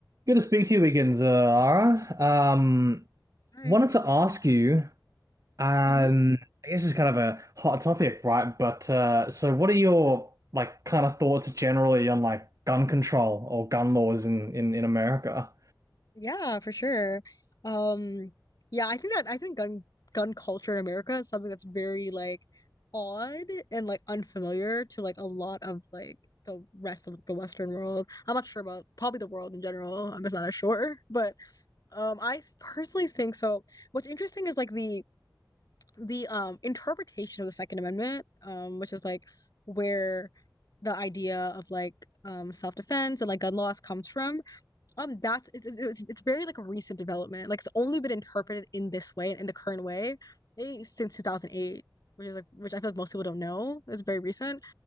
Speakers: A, on the right; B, on the left.
A: Good to speak to you again, Zara. Um,
B: Hi.
A: wanted to ask you, um,
B: hmm
A: I guess it's kind of a hot topic, right? But uh, so what are your like kind of thoughts generally on like gun control or gun laws in in, in America?
B: Yeah, for sure. Um, yeah, I think that I think gun gun culture in America is something that's very like odd and like unfamiliar to like a lot of like the rest of the Western world. I'm not sure about probably the world in general. I'm just not as sure. But um I personally think so. What's interesting is like the the um interpretation of the Second Amendment, um, which is like where the idea of like um self-defense and like gun laws comes from. um that's it's, it's it's very like a recent development like it's only been interpreted in this way and in the current way eh, since 2008 which is like which i feel like most people don't know it's very recent